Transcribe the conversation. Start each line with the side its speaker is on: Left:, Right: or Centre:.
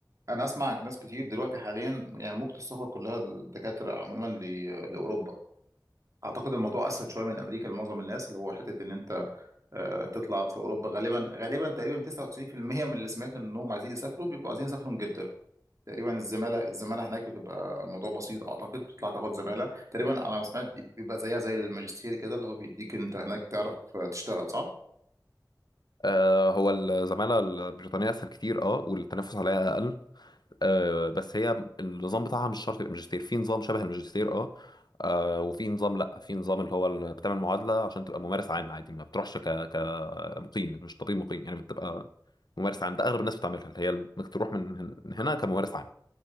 Right: انا اسمع ناس كتير دلوقتي حاليا يعني موجة السفر كلها الدكاترة عموما ل- لاوروبا اعتقد الموضوع اسهل شويه من امريكا لمعظم الناس اللي هو حته ان انت آه، تطلع في اوروبا غالبا غالبا تقريبا 99% من اللي سمعت انهم عايزين يسافروا بيبقوا عايزين يسافروا انجلترا تقريبا الزماله الزماله هناك بتبقى الموضوع بسيط اعتقد بتطلع تاخد زماله تقريبا على ما سمعت بيبقى زيها زي الماجستير كده اللي هو بيديك انت هناك تعرف آه، تشتغل صح؟
Left: آه، هو الزمالة البريطانية أسهل كتير أه والتنافس عليها أقل أه بس هي النظام بتاعها مش شرط يبقى ماجستير في نظام شبه الماجستير أه آه، وفي نظام لأ في نظام اللي هو ال- بتعمل معادلة عشان تبقى ممارس عام عادي ما بتروحش ك كمقيم مش طبيب مقيم يعني بتبقى ممارس عام ده أغلب الناس بتعملها اللي هي إنك تروح من هن- هنا كممارس عام